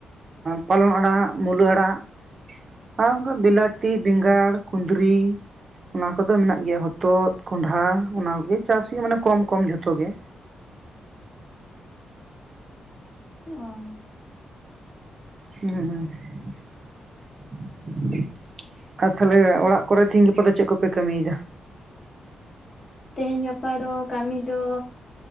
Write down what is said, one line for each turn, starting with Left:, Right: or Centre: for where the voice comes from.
Right: ᱯᱟᱞᱚᱝ ᱟᱲᱟᱜ, ᱢᱩᱞᱟᱹ ᱟᱲᱟᱜ ᱟᱨ ᱚᱱᱠᱟ ᱵᱞᱟᱛᱤ, ᱵᱮᱸᱜᱟᱲ, ᱠᱩᱫᱽᱨᱤ ᱚᱱᱟ ᱠᱚᱫᱚ ᱢᱮᱱᱟᱜ ᱜᱮᱭᱟ, ᱦᱚᱛᱚᱫ ᱠᱚᱚᱱᱰᱷᱟ ᱚᱱᱟ ᱠᱚᱜᱮ ᱪᱟᱥ ᱦᱩᱭᱩᱜᱼᱟ, ᱢᱟᱱᱮ ᱠᱚᱢ ᱠᱚᱢ ᱡᱷᱚᱛᱚ ᱜᱮ᱾
Left: ᱚᱸᱻ
Right: <unintelligible> ᱟᱨ ᱛᱟᱦᱞᱮ ᱚᱲᱟᱜ ᱠᱚᱨᱮ ᱛᱮᱦᱤᱧ ᱜᱟᱯᱟ ᱫᱚ ᱪᱮᱫ ᱠᱚᱯᱮ ᱠᱟᱹᱢᱤᱭᱮᱫᱟ?
Left: ᱛᱮᱦᱮᱧ ᱜᱟᱯᱟ ᱫᱚ ᱠᱟᱹᱢᱤ ᱫᱚ